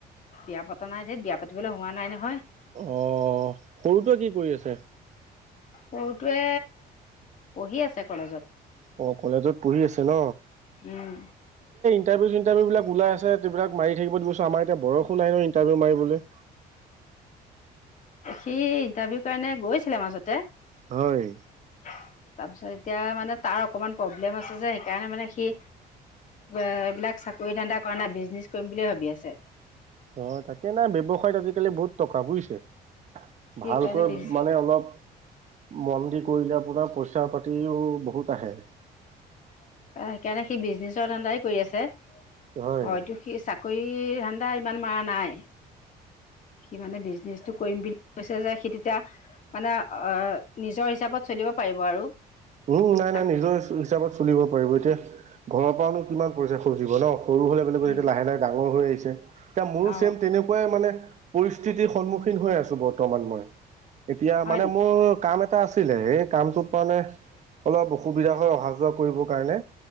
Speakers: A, on the left; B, on the right.
A: বিয়া পতা নাই ধেত বিয়া পাতিবলৈ হোৱা নাই নহয়
B: অ সৰুটোৱে কি কৰি আছে
A: সৰুটোৱে পঢ়ি আছে কলেজত
B: অ কলেজত পঢ়ি আছে ন
A: উম
B: ইন্টাৰভিউ চিন্টাৰভিও বিলাক ওলাই আছে ইবিলাক মাৰি থাকিব দিব আমাৰ এতিয়া বয়স ও নাই ইন্টাৰভিউ মাৰি থাকিবলে।
A: সি ইণ্টাৰভিউ কাৰণে গৈছিলে মাজতে। তাৰপিছত
B: হয়
A: এতিয়া মানে। তাৰ অকনমান প্ৰব্লেম আছে যে সেইকাৰণে মানে সি ব এইবিলাক চাকৰি ধানদা কয়েনা বিজনেছ কৰিম বুলিয়ে ভাবি আছে
B: অ তাকে নাই ব্যৱসায়ত আজিকালি বহুত টকা বুজিছে
A: সি
B: ভালকৈ
A: সেইকাৰণে বিজ
B: মানে অলপ মন দি কৰিলে আপোনাৰ পইচা পাতিও বহুত আহে
A: অ সেইকাৰণে সি বিজনেচৰ ধান্দাই কৰি আছে
B: হয়
A: অটো সি চাকৰি ধান্দা ইমান মৰা নাই সি মানে বিজনেচটো কৰিম বুলি কৈছে যে সি তেতিয়া মানে আহ নিজৰ হিচাপত চলিব পাৰিব আৰু
B: উম নাই
A: চাক
B: নাই নিজৰ হিচাপত চলিব ব এতিয়া ঘৰৰ পৰাওনো কিমান পইচা খজিব ন সৰু হলে বলেগ
A: উম
B: এতিয়া লাহ লাহে ডাঙৰ হৈ আহিছে আছে এ মোৰো
A: অ
B: চেম তেনেকুৱাই মানে পৰিস্থিতিৰ সন্মুখীন হৈ আছো বৰ্তমান মই এতিয়া
A: হয়
B: মানে
A: নেকি
B: মোৰ কাম এটা এটা আছিলে এই কামটোত মানে অলপ অসুবিধা হয় অহা যোৱা কৰিবৰ কাৰণে।